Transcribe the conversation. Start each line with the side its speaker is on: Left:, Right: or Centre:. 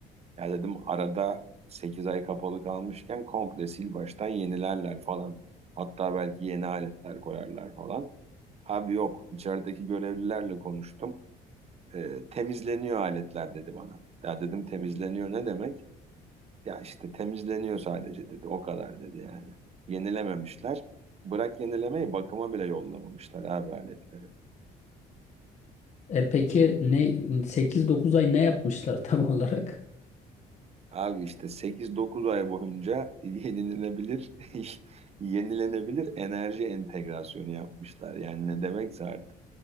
Right: Ya dedim arada 8 ay kapalı kalmışken komple sil baştan yenilerler falan. Hatta belki yeni aletler koyarlar falan. Abi yok içerideki görevlilerle konuştum. E, temizleniyor aletler dedi bana. Ya dedim temizleniyor ne demek? Ya işte temizleniyor sadece dedi o kadar dedi yani. Yenilememişler. Bırak yenilemeyi bakıma bile yollamamışlar abi aletleri.
Left: E peki ne 8-9 ay ne yapmışlar <laughs> tam olarak?
Right: Abi işte sekiz dokuz ay boyunca <laughs> yenilenebilir, <laughs> yenilenebilir enerji entegrasyonu yapmışlar. Yani ne demekse artık.